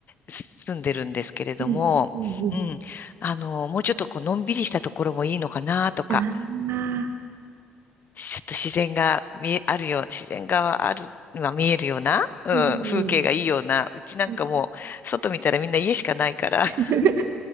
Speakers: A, on the left; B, on the right.
A: す住んでるんですけれども、
B: うん。うん。うん
A: うん、あの、もうちょっとこう、のんびりしたところもいいのかなとか、
B: ああ
A: ちょっと自然が見え、あるよう、自然がある、まあ見えるような、うん、
B: ー。う
A: 風景がいいような、うちなんかもう、
B: ん。
A: 外見たらみんな家しかないから、
B: <laughs>
A: <laughs>